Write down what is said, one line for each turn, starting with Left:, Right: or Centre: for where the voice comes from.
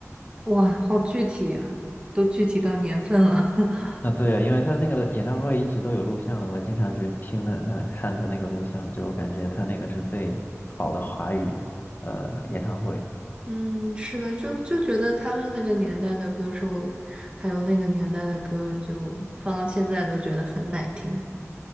Right: 哇，好具体啊，都具体到年份了。<laughs>
Left: 啊，对呀，因为他那个演唱会一直都有录像的，我经常就是听他他看他那个录像，就我感觉他那个是最好的华语呃演唱会。
Right: 嗯，是的，就就觉得他们那个年代的歌手，还有那个年代的歌，就放到现在都觉得很耐听。